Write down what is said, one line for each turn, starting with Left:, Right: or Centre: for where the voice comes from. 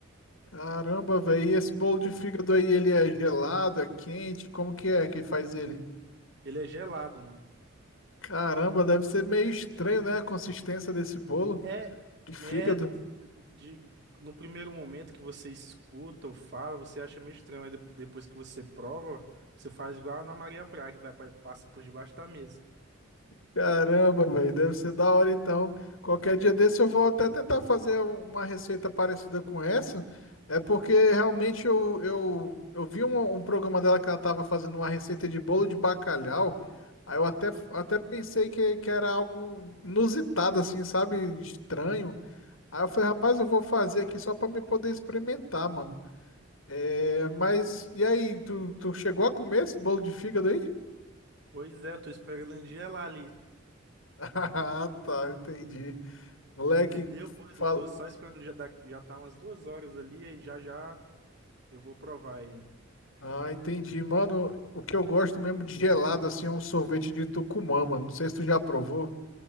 Left: Caramba, velho. E esse bolo de fígado aí, ele é gelado, é quente? Como que é que faz ele?
Right: Ele é gelado, mano.
Left: Caramba, deve ser meio estranho, né? A consistência desse bolo
Right: É,
Left: de fígado.
Right: é d- de, no primeiro momento que você escuta ou fala, você acha meio estranho, aí de- depois que você prova, você faz igual a Ana Maria Braga, e vai pra, passa por debaixo da mesa.
Left: Caramba, velho, deve ser da hora então. Qualquer dia desse eu vou até tentar fazer uma receita parecida com essa. É porque realmente eu, eu, eu vi um, um programa dela que ela estava fazendo uma receita de bolo de bacalhau. Aí eu até, até pensei que, que era algo inusitado, assim, sabe? Estranho. Aí eu falei, rapaz, eu vou fazer aqui só para me poder experimentar, mano. É, mas e aí, tu, tu chegou a comer esse bolo de fígado aí?
Right: Pois é, eu tô esperando ele gelar ali,
Left: <laughs> Ah, tá, entendi. Moleque,
Right: entendeu? Uhum. Pois
Left: fala.
Right: eu tô só esperando, já, dá- já tá umas duas horas ali, aí já já eu vou provar ele.
Left: Ah, entendi. Mano, o que eu gosto mesmo de gelado assim é um sorvete de Tucumã, mano. Não sei se tu já provou.